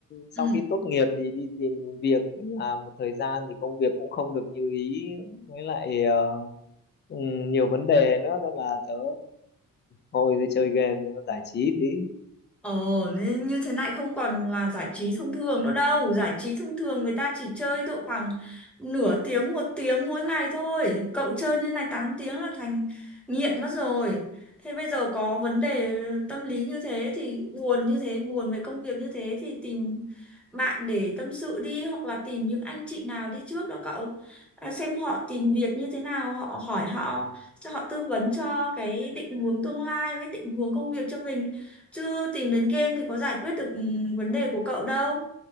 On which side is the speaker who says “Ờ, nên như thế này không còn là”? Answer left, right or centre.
Centre